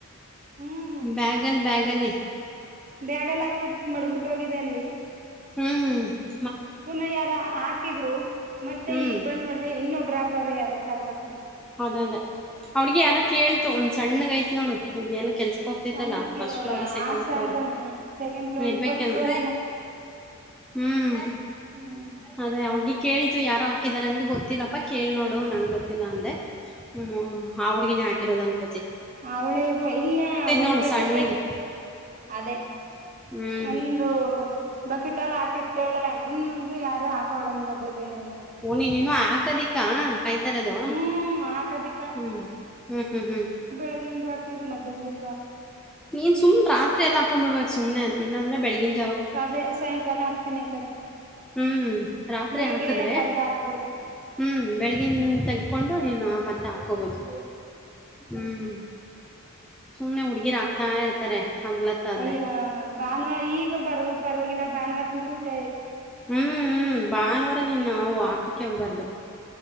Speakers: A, on the right; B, in the centre.
A: ಹ್ಮ.
B: ಬ್ಯಾಗಲ್ಲಿ ಬ್ಯಾಗಲ್ಲಿ
A: ಬ್ಯಾಗ ಅಲ್ಲಿ ಹಾಕ್ಬಿಟ್ಟ ಮಡಗ್ಬಿಟ್ಟ ಹೋಗಿದೆ ಅಲ್ಲಿ.
B: ಹ್ಮ್ ಹ್ಮ್
A: ಪುನಾ ಯಾರ ಹಾಕಿದ್ರು ಮತ್ತೆ
B: ಹ್ಮ್
A: ಈಗ್ ಬಂದ್ ನೋಡ್ದ ಇನ್ನೊಬ್ರ ಹಕ್. ಯಾರ ತಗದಕ್ುಟ್ಟು.
B: ಹೌದದೇ ಅವ್ರಿಗೆ ಯಾರೋ ಕೇಳ್ತು ಒಂದ್ ಸಣ್ಣಗ್ ಐತೆ ನೋಡು ಎನ. ಕೆಲಸಕ್ಕ ಹೋಗ್ತಾಯ್ತಲ್ಲ
A: ಸಣ್ಣಕ್ಕಿರೋಳ
B: ಫಸ್ಟ್ ಫ್ಲೋರ್ ಸೆಕೆಂಡ್
A: ಆಸ
B: ಫ್ಲೋರ್
A: ಅಂತಾನ ಸೆಕೆಂಡ್ ಫ್ಲೋರ್
B: ಇರ್ಬೇಕ
A: ಫಸ್ಟ್
B: ಏನು.
A: ಫ್ಲೋರ್ ಏನೋ
B: ಹ್ಮ್.
A: ಹ್ಮ್
B: ಅದೇ ಆ ಹುಡ್ಗಿಗೆ. ಕೇಳ್ತು ಯಾರೋ ಹಾಕಿದಿದ್ದಾರೆ ಅಂದ ಗೊತ್ತಿಲ್ಲಪ್ಪಾ ಕೇಳಳ್ ನೋಡು ನಂಗೆ ಗೊತ್ತಿಲ್ಲ ಅಂದೆ. ಹ್ಮ ಆ ಹುಡ್ಗಿನೇ. ಹಾಕಿರದು.
A: ಹ ಅವಳೇಗ ಇಲ್ಲ ಒಂದ್
B: ನೋಡು
A: ಬಕೆಟಲ್ಲಿ
B: ಸಣ್ಣಗೆ
A: ಅದೇ
B: ಹ್ಮ್
A: ಒಂದು ಬಕೆಟಲ್ಲಿ ಹಾಕಿ ಇಟ್ಟವ್ಳೆ ಇನ್ನೊಂದು ಯಾರು ಹಾಕೊಳೇ ಇನ್ನೊಬ್ಬ. ೇ. <inaudible>
B: ಓ ನೀ ನೀನು ಆ. ಕದಿಕಾ. <unintelligible> ಕಾಯ್ತಾ ಇರೋದು.
A: ಹ್ಮ್ ಹಾಕದಿಕ್ಕ
B: ಹ್ಮ್ ಹ್ಮ್ ಹ್ಮ್ ಹ್ಮ್.
A: ಮೆಹಂದಿ ಹಾಕಿದ್ ಮಧ್ಯಾಹ್ನದಿಂದ.
B: ನೀನ್ ಸುಮನೆ ರಾತ್ರಿ ಎಲ್ಲ ಹಾಕೊಂಡ್ಬಿಡಬೇಕು ಸುಮ್ನೆ ಅಂತಿನಿ. ಇಲ್ಲ ಅಂದ್ರೆ ಬೆಳಿಗಿನ.
A: ಅದೆ ಸಾಯಂಕಾಲ ಹಾಕ್ತೀನಿ ಆ ತಗ.
B: ಹ್ಮ್ ರಾತ್ರಿ
A: ಬೆಳಿಗ್ಗೆ
B: ಹಾಕದ್ರೆ
A: ತಗ್ದ ಹಾಕ್ಬೋದು
B: ಹ್ಮ್ ಬೆಳಗಿನ್ ತನ್. ಕೊಂಡು ನೀನು ಮತ್ತೆ. ಹಾಕೋಬೋದು
A: ಹ್ಮ.
B: ಹ್ಮ್. ಸುಮ್ನೆ ಹುಡ್ಗಿರ ಹಾಕ್ತಾ ಇರ್ತಾರೆ. ಅಗಲತ್ತು ಆದ್ರೆ.
A: ಅಯ್ಯ ಭಾನುವಾರ ಈಗ ಬರುವಂತ ಪರವಾಗಿಲ್ಲ ಭಾನುವಾರ ಕುಂತ ಊಟ.
B: ಹ್ಮ್ ಹ್ಮ ಭಾನುವಾರ ನಿನ್ನ ನಾವು ಹಾಕೋಕೆ ಹೋಗ್ಬಾರ್ದು.